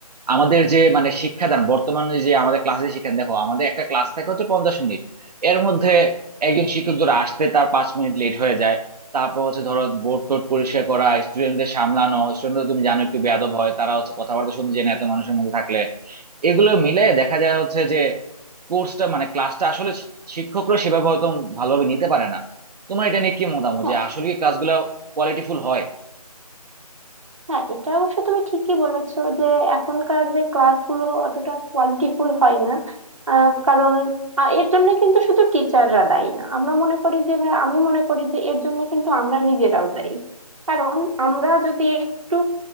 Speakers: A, on the right (about 85°); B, on the right (about 55°).
A: আমাদের যে মানে শিক্ষাদান বর্তমানে যে আমাদের ক্লাসে শিক্ষাদান দেখো আমাদের একটা ক্লাস থাকে হচ্ছে পঞ্চাশ মিনিট এর মধ্যে একজন শিক্ষক ধরো আসতে তার পাঁচ মিনিট লেট হয়ে যায় তারপর হচ্ছে ধরো বোর্ড টোর্ড পরিষ্কার করা স্টুডেন্টদের সামলানো স্টুডেন্টরা তুমি জানো একটু বেয়াদব হয় তারা হচ্ছে কথাবার্তা শুনতে চায় না এত মানুষের মধ্যে থাকলে এগুলো মিলে দেখা যায় হচ্ছে যে কোর্সটা মানে ক্লাসটা আসলে শি- শিক্ষকরা সেভাবে হয়তো ভালোভাবে নিতে পারে না তোমার এটা নিয়ে কি মতামত
B: হ্যাঁ
A: যে আসলে কি ক্লাসগুলো কোয়ালিটিফুল হয়
B: হ্যাঁ এটা অবশ্য তুমি ঠিকই বলেছো যে এখনকার যে ক্লাসগুলো অতটা কোয়ালিটিফুল হয় না আহ, কারণ আহ, এর জন্য কিন্তু শুধু টিচাররা দায়ী না আমরা মনে করি যে বা আমি মনে করি যে এর জন্য কিন্তু আমরা নিজেরাও দায়ী কারণ আমরা যদি একটু